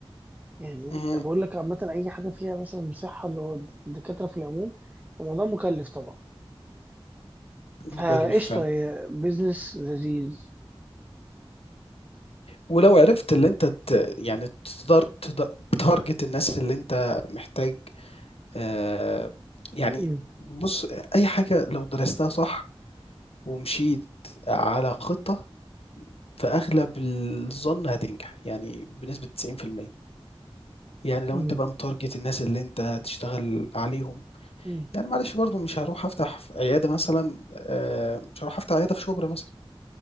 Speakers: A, on the right; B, on the left.
A: يعني
B: اهم،
A: أنا بقول لك عامة اي حاجة فيها مثلا صحة اللي هو الدكاترة في العموم الموضوع مكلف طبعا
B: مكلّف
A: فقشطة
B: فعلًا.
A: هي بزنس لذيذ
B: ولو عرفت اللي أنت ت يعني تدار تد تtarget الناس اللي أنت محتاج آآ يعني
A: امم
B: بُص، أي حاجة لو درستها صح ومشيت على خطة فأغلب الظن هتنجح، يعني بنسبة 90%. يعني لو
A: امم
B: أنت بقى متارجت الناس اللي أنت هتشتغل عليهم،
A: امم
B: يعني معلش برضه مش هاروح أفتح ف عيادة مثلًا آآ، مش هاروح أفتح عيادة في شُبرا مثلًا،